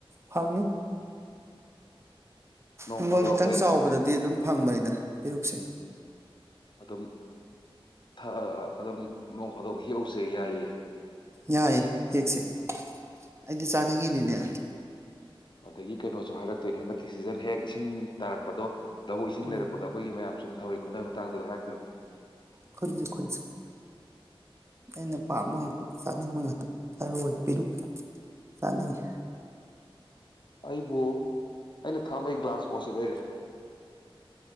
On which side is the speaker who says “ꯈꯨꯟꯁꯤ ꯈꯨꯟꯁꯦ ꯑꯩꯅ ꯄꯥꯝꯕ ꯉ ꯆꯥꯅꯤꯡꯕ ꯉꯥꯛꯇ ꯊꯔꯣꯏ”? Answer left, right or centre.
Right